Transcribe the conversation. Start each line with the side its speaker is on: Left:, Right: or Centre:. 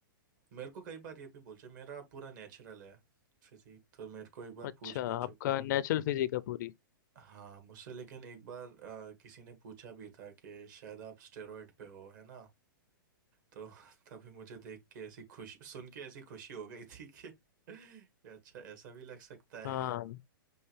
Right: मेरे को कई बार ये भी बोलते हैं, मेरा पूरा नेचुरल है फिजिक तो मेरे को एक बार
Left: अच्छा
Right: पूछ भी
Left: आपका
Right: चुके हैं
Left: नेचुरल फिजिक है पूरी
Right: हाँ मुझसे लेकिन एक बार अ, किसी ने पूछा भी था कि शायद आप स्टेरॉइड पे हो है ना तो तभी मुझे देख के ऐसी खुशी सुन के ऐसी खुशी हो गई थी कि कि अच्छा ऐसा भी लग सकता है
Left: हाँ